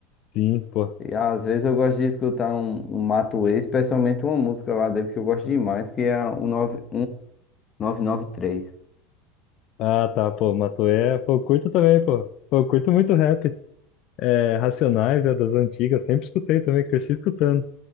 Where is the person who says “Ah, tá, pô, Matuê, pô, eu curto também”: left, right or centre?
Left